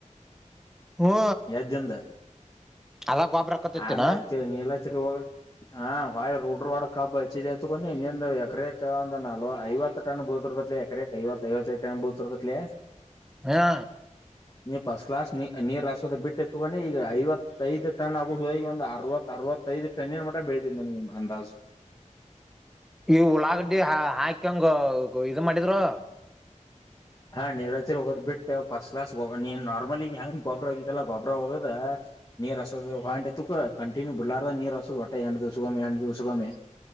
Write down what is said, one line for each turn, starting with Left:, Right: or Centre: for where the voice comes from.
Centre: ಹ್ಮ
Left: ಎದ್ದಿಂದ
Centre: ಅದ ಗೊಬ್ರ ಆಕತೈತಿನ
Left: ಆಮೇ ನೀಲಚ್ಚ ಹೋಗ ಹಾ ವಾಯ ರುಡ್್ರ ರೋಡ ಕಬ್ಬಚ್ಚಿದ ಹಚ್ಕೊಂಡ ಇನ್ನ್ ಎಕರಕ್ ಒಂದ್ ನಲ್ವ ಐವತ್ತು ಟನ್ ಬೂತರ್ಗತ್ ಎಕ್ರಕ್ ಐವತ್ತು ಐವತ್ತೈದು ಟನ್ ಬೂತ್ರ್ಗತ್ಲ
Centre: ಹಾ
Left: ನಿ ಪಸ್ ಕಲ ಅ ರ ಬಿಟ್ಟ ಎತ್ಕೊಂಡಿ ಈಗ ಐವತ್ತೈದ್ ಟನ್ ಆಗುದು ಈಗ ಒಂದು ಅರವತ್ ಅರವತ್ತೈದು ಟನ್ ಏನ್ ಮ ಬೆಳತ್ ನಿನ್ಗೆ ಅಂದಾಜ
Centre: ಈ ಉಳ್ಳಾಗಡ್ಡಿ ಹಾಕಂಗ ಇ ಮಾಡ ಮಾಡಿದ್ರು
Left: ಹಾ ನೀವರಾತ್ರಿ ಹೋಗೋ್ ಬಿಟ್ಟು ಫಸ್ಟ್ ಕ್ಲಾಸ್ ನೀ ನಾರ್ಮಲಿಗ್ ಹೆಂಗ ಗೊಬ್ಬ್ರ ಆಗತ್ತಲ್ಲಾ ಗೊಬ್ರರ ಹೋಗೋದ ನೀರ್ ಹಸೋದ ಹೊಂಟ ಕಂಟಿನ್ಯೂ ಬಿಲಾರದ ನೀರ್ ಹಸೋದ್ ಹೊಟ್ಟೆ ಎಣ ದಿವಸಗೊಮಿ ಎಂಡ ದಿವ್ಸಗೊಮಿ